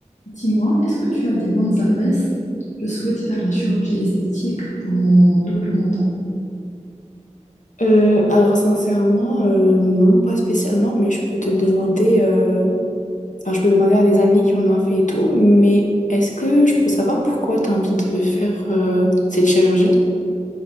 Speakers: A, on the left; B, on the left.
A: Dis-moi, est-ce que tu as des bonnes adresses? Je souhaite faire la chirurgie esthétique pour mon double menton.
B: Euh, alors sincèrement, euh, non, pas spécialement, mais je peux te demander, euh, enfin je peux demander à des amis qui en ont fait et tout, mais est-ce que je peux savoir pourquoi tu as envie de faire euh, cette chirurgie?